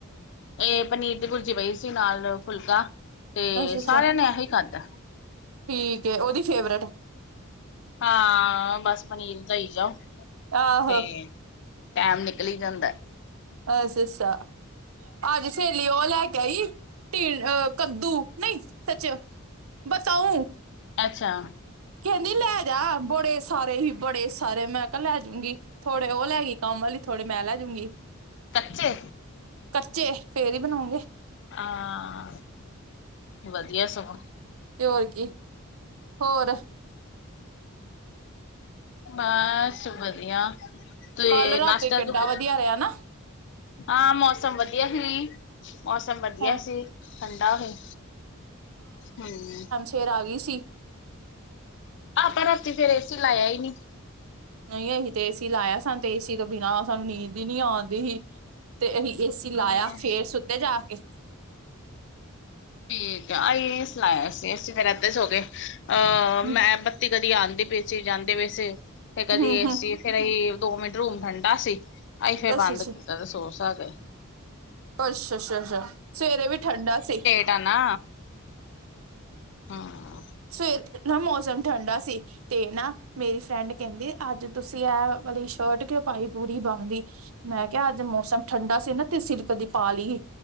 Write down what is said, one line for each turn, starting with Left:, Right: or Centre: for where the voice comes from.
Left: ਇਹ ਪਨੀਰ ਦੀ ਭੁਰਜੀ ਪਈ ਸੀ, ਨਾਲ ਫੁਲਕਾ, ਤੇ
Right: ਅੱਛਾ ਅੱਛਾ
Left: ਸਾਰਿਆਂ ਨੇ ਐਹੀ ਖਾਧਾ।
Right: ਠੀਕ ਏ, ਉਹਦੀ ਫੇਵਰੇਟ।
Left: ਹਾਂ ਬਸ ਪਨੀਰ ਦਈ ਜਾਓ,
Right: ਆਹੋ
Left: ਤੇ ਟੈਮ ਨਿਕਲੀ ਜਾਂਦੈ।
Right: ਐ ਸਸਾ ਅੱਜ ਸਹੇਲੀ ਉਹ ਲੈ ਕੇ ਆਈ, ਟੀੰ ਕੱਦੂ ਨਹੀਂ ਸੱਚ ਬਤਾਊਂ
Left: ਅੱਛਾ,
Right: ਕਹਿੰਦੀ ਲੈ ਜਾ, ਬੜੇ ਸਾਰੇ ਹੀ ਬੜੇ ਸਾਰੇ, ਮੈਂ ਕਿਹਾ ਲੈ ਜੂੰਗੀ। ਥੋੜੇ ਉਹ ਲੈ ਗੀ ਕੰਮ ਆਲੀ, ਥੋੜੇ ਮੈਂ ਲੈਜੂੰਗੀ।
Left: ਕੱਚੇ
Right: ਕੱਚੇ, ਫੇਰ ਹੀ ਬਣਾਉਗੇ।
Left: ਆ, ਵਧੀਆ ਸਗੋਂ
Right: ਤੇ ਹੋਰ ਕੀ, ਹੋਰ
Left: ਬਸ ਵਧੀਆ, ਤੇ
Right: ਕੱਲ ਰਾਤੀ
Left: ਨਾਸ਼ਤਾ
Right: ਕਿੱਡਾ
Left: ਕਦੋਂ
Right: ਵਧੀਆ
Left: ਲੱਗ
Right: ਰਿਹਾ ਨਾ
Left: ਆ ਮੌਸਮ ਵਧੀਆ ਹੀ ਮੌਸਮ ਵਧੀਆ
Right: ਹਾਂ
Left: ਸੀ, ਠੰਡਾ ਸੀ, ਹੂੰ।
Right: ਫੇਰ ਆਗੀ ਸੀ।
Left: ਆਪਾਂ ਰਾਤੀ ਫੇਰ ਏ ਸੀ ਲਾਇਆ ਹੀ ਨੀ।
Right: ਨਹੀਂ ਅਸੀਂ ਤੇ ਏਸੀ ਲਾਇਆ, ਸਾਨੂੰ ਤੇ ਏਸੀ ਤੋਂ ਬਿਨਾਂ ਸਾਨੂੰ ਨੀਂਦ ਹੀ ਨਹੀਂ ਆਉਂਦੀ ਸੀ। ਤੇ ਅਸੀਂ ਏਸੀ ਲਾਇਆ,
Left: ਹਾਂ
Right: ਫੇਰ ਸੁੱਤੇ ਜਾ ਕੇ।
Left: ਠੀਕ ਆ, ਅਸੀਂ ਏ ਸੀ ਲਾਇਆ ਸੀ, ਅਸੀਂ ਫੇਰੇ ਏਧਰ ਸੋਗੇ, ਅਹ
Right: ਹਮ
Left: ਮੈਂ ਬਤੀ ਕਦੀ ਆਂਦੀ ਪਈ ਸੀ, ਜਾਂਦੀ ਪਈ ਸੀ, ਤੇ ਕਦੀ
Right: ਹਮ
Left: ਏਸੀ
Right: ਹਮ
Left: ਫੇਰ ਅਸੀ ਦੋ ਮਿੰਟ ਰੂਮ ਠੰਡਾ ਸੀ, ਅਸੀ
Right: ਅੱਛਾ
Left: ਫਿਰ
Right: ਅੱਛਾ
Left: ਬੰਦ ਕੀ, ਸੋ ਸਾ ਗੇ।
Right: ਅੱਛਾ- ਅੱਛਾ- ਅੱਛਾ ਸਵੇਰੇ ਵੀ ਠੰਡਾ ਸੀ।
Left: ਹੈਨਾ ਹੂੰ
Right: ਸਵੇਰ ਨਾ ਮੌਸਮ ਠੰਡਾ ਸੀ। ਤੇ ਨਾ ਮੇਰੀ ਫਰੈਂਡ ਕਹਿੰਦੀ, ਅੱਜ ਤੁਸੀਂ ਆਹ ਵਾਲੀ ਸ਼ਰਟ ਕਿਉਂ ਪਾਈ ਪੂਰੀ ਬਾਂਹ ਦੀ। ਮੈਂ ਕਿਹਾ ਅੱਜ ਮੌਸਮ ਠੰਡਾ ਸੀ ਨਾ, ਤੇ ਸਿਲਕ ਦੀ ਪਾ ਲਈ,